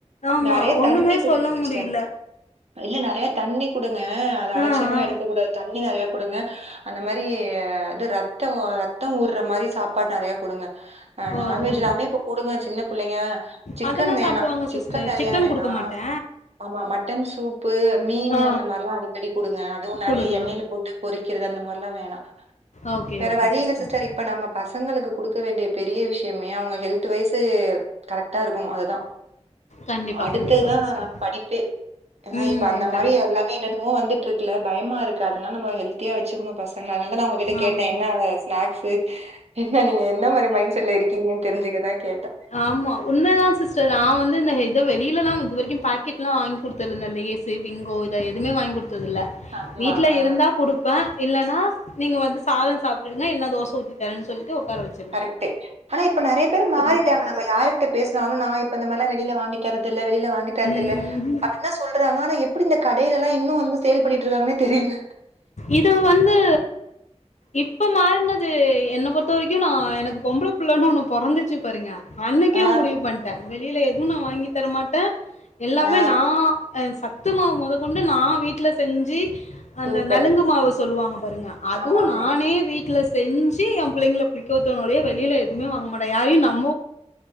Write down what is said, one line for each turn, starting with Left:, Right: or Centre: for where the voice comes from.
Left: ஆமா
Right: நெறைய
Left: ஒண்ணுமே
Right: தண்ணி குடுங்க
Left: சொல்ல
Right: சிஸ்டர்
Left: முடில
Right: இல்ல நெறையா தண்ணி கொடுங்க அது அலட்சியமா
Left: ஆ ஆ
Right: எடுக்க கூடாது தண்ணி நெறைய கொடுங்க அந்த மாரி அது ரத்தோ ரத்தோ ஊர்ற மாரி சாப்பாடு நெறைய கொடுங்க ஆ
Left: ஓ
Right: நான்வெஜ்
Left: ஓ
Right: எல்லாமே இப்ப போடுங்க சின்ன பிள்ளைங்க சிக்கன்
Left: அதெல்லா
Right: வேணா
Left: சாப்டுவாங்க
Right: சிக்கன்
Left: சிஸ்டர்
Right: நெறைய வேணா
Left: குடுக்க மாட்டே
Right: ஆமா மட்டன் சூப்பு மீனு
Left: ஆ
Right: அந்த மாரில்லா அடிக்கடி குடுங்க அதுவு நெறைய
Left: குடுக்கலா
Right: எண்ணெயில போட்டு பொறிக்கிறது அந்த மாரில்லா வேணா
Left: ஓகே
Right: வேற
Left: ஓகே
Right: வழியில்ல
Left: சிஸடர்
Right: சிஸ்டர் இப்ப நம்ம பசங்களுக்கு குடுக்க வேண்டிய பெரிய விஷயமே அவங்க ஹெல்த் வைஸு கரெக்டா இருக்கணு அது தா
Left: கண்டிப்பா
Right: அடுத்ததுதா
Left: கண்டிப்பா சிஸ்டர்
Right: படிப்பே ஏன்னா
Left: ம்
Right: இப்ப அந்த மாரி
Left: கண்டிப்பா
Right: எல்லாமே என்னன்னமோ வந்துட்டு இருக்குல பயமா இருக்கு அதனால நம்ம ஹெல்தியா வச்சுக்குனு பச அதனால தா உங்ககிட்ட கேட்ட
Left: ஆமா
Right: என்னவ நாக்ஸு என்ன நீங்க எந்த மாரி மைண்ட் செட்ல இருக்கீங்கன்னு தெரிஞ்சுக்கதா கேட்ட
Left: ஆமா உண்மதா சிஸ்டர் நா வந்து இந்த இந்த வெளியில லா இது வரைக்கு பாக்கெட்லா வாங்கி குடுத்தது இல்ல அந்த ஏசு பிங்கோ இத எதுமே வாங்கி குடுத்ததுல்ல
Right: ஆமா
Left: வீட்ல
Right: ஆ
Left: இருந்தா குடுப்ப இல்லன்னா நீங்க வந்து சாதம் சாப்டுங்க இல்ல தோச ஊத்திதரன் சொல்ட்டு உக்கார வச்சு
Right: கரெக்ட்டு ஆனா இப்ப நெறைய பேரு மாறிட்டாங்க
Left: குடுக்க மாட்டேன்.
Right: நம்ம யாரு பேசனாலு நா இப்ப இந்தமேரிலா வெளியில வாங்கி தரதுல்ல வெளில வாங்கி தரதுல்ல
Left: ம்.
Right: அப் என்ன சொல்றாங்க ஆனா எப்டி இந்த கடைலெல்லா இன்னு வந்து சேல்பண்ணிட்டு இருக்காங்கன்னே தெரில
Left: இது வந்து இப்ப மாறுனது என்ன பொறுத்த வரைக்கு நா எனக்கு பொம்பள புள்ளன்னு ஒன்னு பொறந்துச்சு பாருங்க அன்னைக்கே
Right: ஆ
Left: முடிவு பண்ட்ட வெளியில எதுவு நா வாங்கி தரமாட்ட எல்லாமே
Right: ஆ
Left: நா அ சத்துமாவு மொதகொண்டு நா வீட்ல செஞ்சு அந்த
Right: சூப்பர்
Left: நலங்கு மாவு சொல்லுவாங்க பாருங்க அதுவு
Right: ஆமா ஆமா
Left: நானே வீட்ல செஞ்சு எ புள்ளைகள குளிக்கோத்தனோலே வெளிய எதுமே வாங்க மாட்டா யாரையு நம்